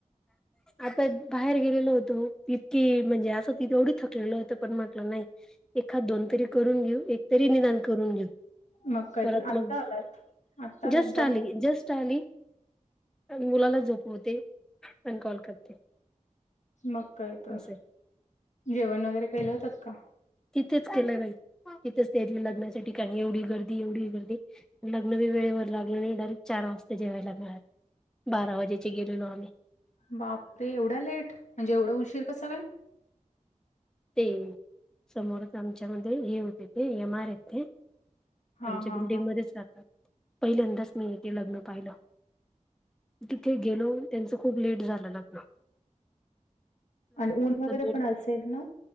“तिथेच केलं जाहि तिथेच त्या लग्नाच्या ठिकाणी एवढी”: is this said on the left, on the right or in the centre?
Centre